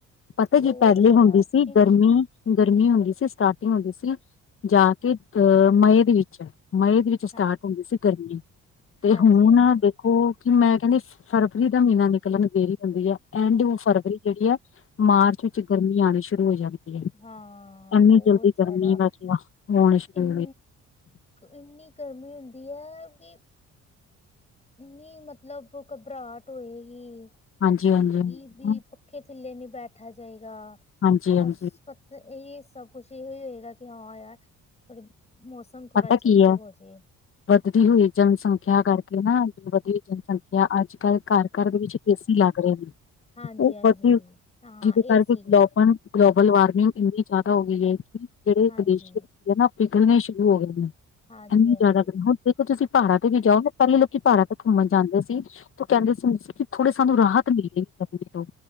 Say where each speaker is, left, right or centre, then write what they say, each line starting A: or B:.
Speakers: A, on the left; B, on the left.
A: ਪਤਾ
B: ਬਹੁਤ
A: ਕੀ ਪਹਿਲੇ
B: ਜ਼ਿਆਦਾ
A: ਹੁੰਦੀ
B: ਤਿੰਨ
A: ਸੀ ਗਰਮੀ ਗਰਮੀ ਹੁੰਦੀ ਸੀ, ਸਟਾਟਿੰਗ ਹੁੰਦੀ ਸੀ ਜਾ ਕੇ ਮਈ ਦੇ ਵਿੱਚ। ਮਈ ਦੇ ਵਿੱਚ ਸਟਾਰਟ
B: ਹਾਂ
A: ਹੁੰਦੀ ਸੀ ਗਰਮੀ, ਤੇ
B: ਹਾਂਜੀ
A: ਹੁਣ
B: ਹਾਂਜੀ
A: ਦੇਖੋ ਕਿ ਮੈਂ ਕਹਿੰਦੀ ਫਰਵਰੀ ਦਾ ਮਹੀਨਾ ਨਿਕਲਣ ਦੇਰੀ ਹੁੰਦੀ ਐ, ਐਂਡ ਉਹ ਫਰਵਰੀ ਜਿਹੜੀ ਐ ਮਾਰਚ ਵਿੱਚ ਗਰਮੀ ਆਣੀ ਸ਼ੁਰੂ ਹੋ ਜਾਣੀ।
B: ਹਾਂ
A: ਇੰਨੀ
B: ਬਹੁਤ
A: ਜਲਦੀ
B: ਜ਼ਿਆਦਾ
A: ਗਰਮੀ ਵਿਚ ਮੈ ਹੁਣ ਸ਼ੁਰੂ
B: ਇਨ
A: ਹੋ
B: ਇੰਨੀ ਗਰਮੀ ਹੁੰਦੀ ਹੈ ਕਿ ਇੰਨੀ ਮਤਲਬ ਘਬਰਾਹਟ ਹੋਈ ਏ
A: ਹਾਂਜੀ ਹਾਂਜੀ ਹਾਂਜੀ
B: ਦੀ। ਪੱਖੇ ਥੱਲੇ ਨਹੀਂ ਬੈਠਾ ਜਾਏਗਾ,
A: ਹਾਂਜੀ ਹਾਂਜੀ
B: ਬਸ ਤੇ ਇਹੀ ਸਭ ਕੁਛ ਇਹੀ ਹੋਏਗਾ, ਕਿ ਹਾਂ ਯਾਰ ਥੋੜਾ ਮੌਸਮ ਥੋੜਾ
A: ਪਤਾ
B: ਚੇਂਜ
A: ਕੀ ਐ।
B: ਹੋ ਜੇ
A: ਵਧਦੀ ਹੋਈ ਜਨ ਸੰਖਿਆ ਕਰਕੇ ਨਾ ਵਧੀ ਹੋਈ ਜਨ ਸੰਖਿਆ ਅੱਜ ਕੱਲ੍ਹ ਘਰ ਘਰ ਦੇ ਵਿੱਚ ਏਸੀ ਲੱਗ ਰਹੇ ਨੇ,
B: ਹਾਂਜੀ
A: ਉਹ
B: ਹਾਂਜੀ
A: ਬ
B: ਹਾਂ
A: ਜਿਹਦੇ ਕਰਕੇ
B: ਏਸੀ
A: ਪਾਂ ਗਲੋਬਲ ਵਾਰਮਿੰਗ ਇੰਨੀ ਜ਼ਿਆਦਾ ਹੋ ਗਈ ਐ, ਕਿ ਜਿਹੜੇ
B: ਹਾਂਜੀ,
A: ਗਲੇਸ਼ੀਅਰ ਸੀ ਨਾ ਪਿਘਲਣੇ ਸ਼ੁਰੂ ਹੋ ਗਏ ਨੇ।
B: ਹਾਂਜੀ,
A: ਇੰਨੀ ਜ਼ਿਆਦਾ
B: ਹਾਂਜੀ,
A: ਦੇਖੋ, ਹੁਣ ਦੇਖੋ ਤੁਸੀਂ ਪਹਾੜਾਂ ਤੇ ਵੀ ਜਾਓ ਨਾ ਪਹਿਲੇ ਲੋਕੀ ਪਹਾੜਾਂ ਤੇ ਘੁੰਮਣ ਜਾਂਦੇ ਸੀ। ਤੇ ਕਹਿੰਦੇ ਸੀ ਕਿ ਥੋੜੀ ਸਾਨੂੰ ਰਾਹਤ ਮਿਲਲੇਗੀ ਗਰਮੀ ਤੋਂ।